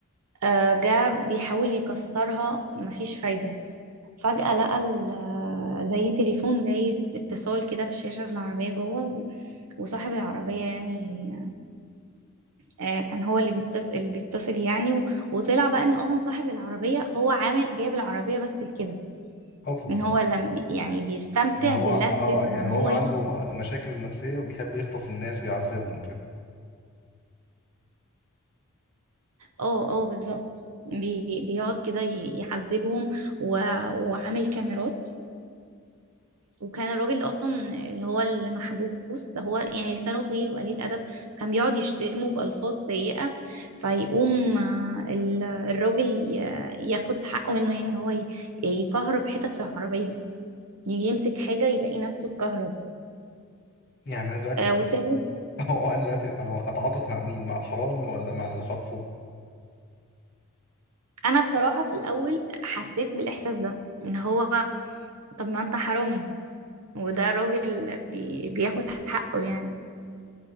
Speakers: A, on the right; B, on the left.
A: آه، جه بيحاول يكسرها مفيش فايدة فجأة لقى ال- زي تليفون جاي اتصال كده في الشاشة في العربية جوه و- وصاحب العربية يعني آه، كان هو اللي بيتصل اللي بيتصل يعني و- وطلع بقى ان اصلا صاحب العربية هو عامل جايب العربية بس لكده
B: اصلا
A: ان هو لم يعني بيستمتع
B: من هو
A: بلذة
B: اه
A: ان
B: يعني
A: هو
B: هو عنده
A: ي...
B: مشاكل نفسيه وبيحب يخطف الناس ويعذبهم وكده
A: اه اه بالظبط بي... بيقعد كده ي- يعذبهم و... وعامل كاميرات وكان الراجل ده اصلا اللي هو اللي محبوس ده هو يعني لسانه طويل وقليل ادب كان بيقعد يشتمه بالفاظ سيئه فيقوم آه، ال- الراجل ي- ياخد حقه منه يعني ان هو ي- يكهرب حتت في العربيه يجي يمسك حاجه يلاقي نفسه اتكهرب
B: يعني انا دلوقتي
A: آه،
B: <laughs>
A: وسابه
B: هو انا دلوقتي انا اتعاطف مع مين مع الحرامي ولا مع اللي خطفه
A: انا بصراحه في الاول حسيت بالاحساس ده ان هو طب ما انت حرامي وده راجل بي بياخد حقه يعني